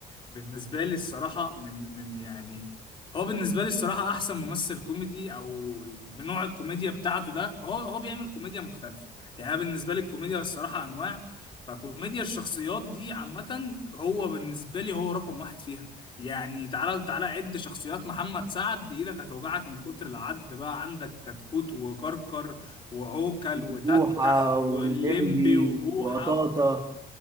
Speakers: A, on the left (about 30°); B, on the right (about 20°).
A: بالنسبة لي الصراحة من من يعني هو بالنسبة لي الصراحة أحسن ممثل كوميدي أو بنوع الكوميديا بتاعته ده هو هو بيعمل كوميديا مختلفة يعني أنا بالنسبة لي الكوميديا الصراحة أنواع فكوميديا الشخصيات دي عامة هو بالنسبة لي هو رقم واحد فيها يعني تعالى تعالى عد شخصيات محمد سعد إيدك هتوجعك من كتر العد بقى عندك كتكوت وكركر وعوكل وتتح
B: بوحة
A: واللمبي
B: واللمبي
A: وبوحة
B: وقطاطة